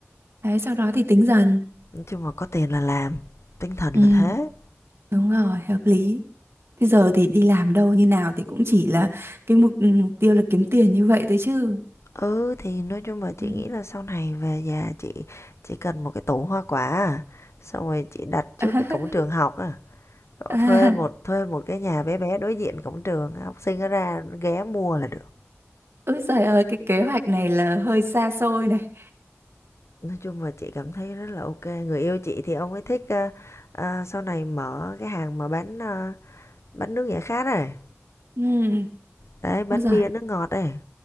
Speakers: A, on the right; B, on the left.
A: Đấy, sau đó thì tính dần.
B: Nói chung là có tiền là làm, tinh thần
A: Ừ,
B: là thế.
A: đúng rồi, hợp lý. Thế giờ thì đi làm đâu như nào thì cũng chỉ là cái mục ừ, mục tiêu là kiếm tiền như vậy thôi chứ.
B: Ừ, thì nói chung là chị
A: Ừ.
B: nghĩ là sau này về nhà chị chỉ cần một cái tủ hoa quả à, xong rồi chị đặt trước
A: <laughs>
B: cái cổng trường học à. Cậu
A: À,
B: thuê
A: <laughs>
B: một
A: à.
B: thuê một cái nhà bé bé đối diện cổng trường, học sinh nó ra ghé mua là được.
A: Ôi trời ơi, cái kế hoạch này là hơi xa xôi này.
B: Nói chung là chị cảm thấy rất là ok. Người yêu chị thì ông ấy thích ờ, ờ, sau này mở cái hàng mà bán ờ, bánh nước giải khát này.
A: Ừ,
B: Đấy, bánh
A: ôi giời.
B: bia nước ngọt này.